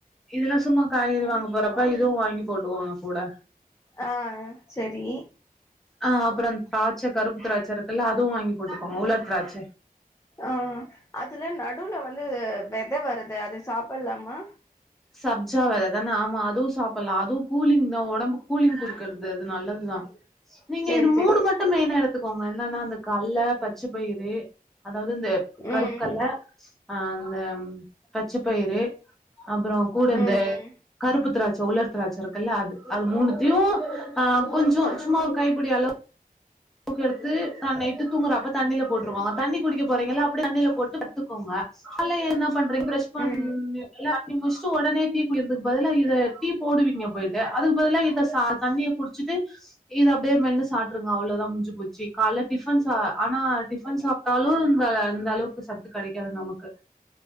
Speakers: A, in the centre; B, on the left.
A: இதெல்லா சும்மா காய்கறி வாங்க போறப்ப இதுவு வாங்கி போட்டுவோ கூட
B: ஆ சேரி
A: அ அப்றோ திராட்ச கருப்பு திராட்ச இருக்குல்ல அதுவு வாங்கி போட்டுகோங்க உலர் திராட்ச
B: ஆ அதுல நடுல வந்து வெத வருது அத சாப்பிட்லாமா
A: சப்ஜா வெத தானே ஆமா அதுவு சாப்பிட்லா அதுவு கூலிங் தா உடம்புக்கு கூலிங் குடுக்கற்து அது நல்லதுதா நீங்க
B: சேரி
A: இது
B: சேரி
A: மூணு மட்டு மெயினா எடுத்த த்துக்கோங்க என்னன்னா அந்த கல்ல பச்ச பயிரு அதாவது இந்த கருப்பு
B: ம்
A: கல்ல அ அந்த பச்ச பயிறு அப்பறோ கூடந்த
B: ம் ம்
A: கருப்பு திராட்ச உலர் திராச்சருக்குல்ல அது அது மூனுத்தையு ஆ கொஞ்சோ சும்மா ஒரு கைபிடி அளவு பூக்கு எடுத்து நைட்டு தூங்குறப்ப தண்ணில போட்ருவொ தண்ணி குடிக்க போறீங்கள்ள அப்படிய தண்ணில போட்டு கத்துக்கோங்க கால்ல எழ்ந்தா பண்றேங் ஃப்ரெஷ் பன்
B: ம்
A: ரெ <unintelligible> நீ முடிச்சுட்டு உடனே டீ குடிக்றதுக்கு பதிலா இத டீ போடுவீங்க போயிட்டு அதுக்கு பதிலாக இத தண்ணிய குடிச்சிட்டு இத அப்டியே மென்னு சாப்ட்ருங்க அவ்ளோதா முடிஞ்சு போச்சி கால்ல டிஃபன் சா ஆனா டிஃபன் சாப்ட்டாலு அந்த அளவுக்கு சத்து கெடைக்காது நமக்கு